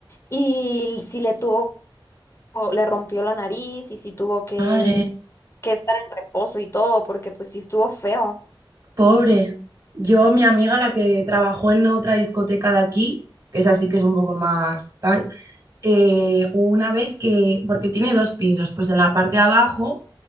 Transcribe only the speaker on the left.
Y sí le tuvo, le rompió la nariz y sí tuvo que,
que estar en reposo y todo porque pues sí estuvo feo.